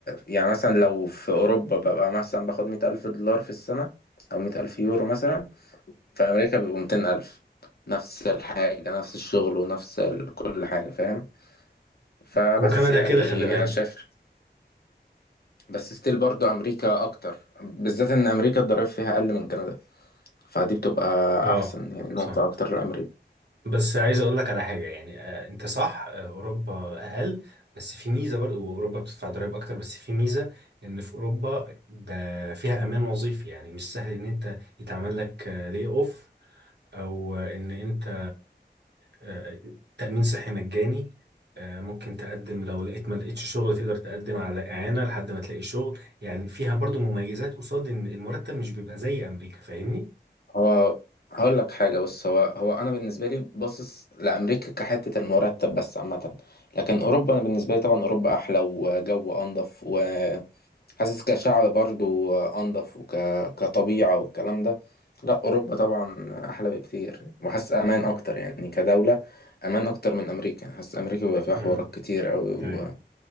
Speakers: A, on the left; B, on the right.
A: يعني مثلا لو في اوروبا ببقى مثلا باخد مئة الف دولار في السنة او مئة الف يورو مثلا في امريكا بيبقوا ميتين الف نفس الحاجة نفس الشغل ونفس ال- كل حاجة فاهم فبس
B: وكندا
A: يعني
B: كده خلي بالك
A: انا شايف بس ستيل برضو امريكا اكتر بالذات ان امريكا الضرايب فيها اقل من كندا فدي بتبقى
B: اه
A: احسن يعني
B: صح
A: نقطة اكتر لامريكا
B: بس عايز اقول لك على حاجه يعني آه انت صح آه اوروبا اقل بس في ميزه برضو واوروبا بتدفع ضرائب اكتر بس في ميزه ان في اوروبا ده فيها امان وظيفي يعني مش سهل ان انت يتعمل لك آه لي اوف او آه، ان انت آه، تأمين صحي مجاني آه، ممكن تقدم لو لقيت ما لقيتش شغل تقدر تقدم على إعانة لحد ما تلاقي شغل يعني فيها برضو مميزات قصاد إن المرتب مش بيبقى زي أمريكا فاهمني؟
A: هو هقول لك حاجة بس هو هو أنا بالنسبة لي باصص لأمريكا كحتة المرتب بس عامة لكن أوروبا أنا بالنسبة لي طبعا أوروبا أحلى وجو أنضف وحاسس كشعب برضو أنضف وك... كطبيعة والكلام ده لا أوروبا طبعا أحلى بكتير وحاسس أمان أكتر يعني كدولة أمان أكتر من أمريكا حاسس أمريكا بيبقى فيها
B: امم
A: حوارات كتير أوي
B: ايوه